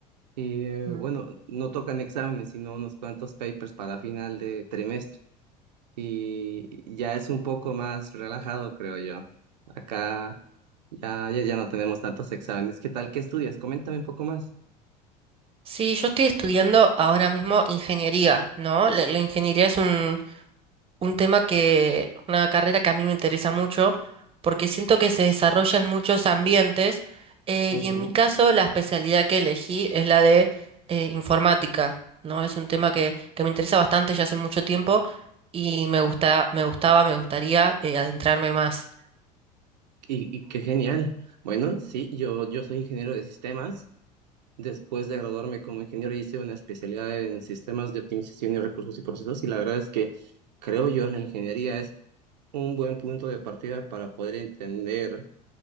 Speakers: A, on the right (about 80°); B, on the right (about 25°).
A: y eh,
B: Mm.
A: bueno, no tocan exámenes, sino unos cuantos papers para final de trimestre y ya es un poco más relajado, creo yo. Acá ya, ya, ya no tenemos tantos exámenes. ¿Qué tal? ¿Qué estudias? Coméntame un poco más.
B: Sí, yo estoy estudiando ahora mismo ingeniería, ¿no? la la ingeniería es un un tema que, una carrera que a mí me interesa mucho, porque siento que se desarrolla en muchos ambientes, eh,
A: Ujú.
B: y en mi caso la especialidad que elegí es la de eh, informática, ¿no? Es un tema que, que me interesa bastante ya hace mucho tiempo y me gusta, me gustaba, me gustaría eh, adentrarme más.
A: Y, y qué genial. Bueno, sí, yo, yo soy ingeniero de sistemas. Después de graduarme como ingeniero hice una especialidad en sistemas de optimización y recursos y procesos y la verdad es que creo yo la ingeniería es un buen punto de partida para poder entender